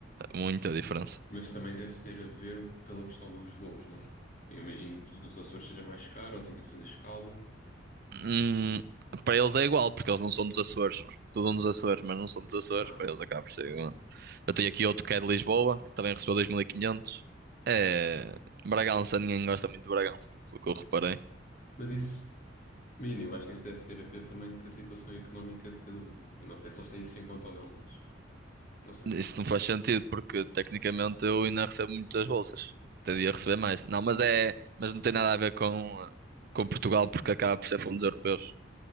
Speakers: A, on the right; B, on the left.
A: É Muita diferença.
B: Mas também deve ter a ver pela questão dos voos, não? Eu imagino que os Açores seja mais caro ou tenha de fazer escala.
A: Hum, para eles é igual, porque eles não são dos Açores. Estudam nos Açores, mas não são dos Açores.
B: Ah.
A: Para eles acaba por ser igual. Eu tenho aqui outro que é de Lisboa, que também recebeu dois mil e quinhentos É... Bragança, ninguém gosta muito de Bragança, pelo que eu reparei.
B: Mas isso, menino, eu acho que isso deve ter a ver também com a situação económica de cada um. Eu não sei se eles têm isso em conta ou não, mas não sei.
A: Isso não faz sentido, porque tecnicamente eu ainda recebo muitas bolsas. Até devia receber mais. Não, mas é... Mas não tem nada a ver com, com Portugal, porque acaba por ser fundos europeus.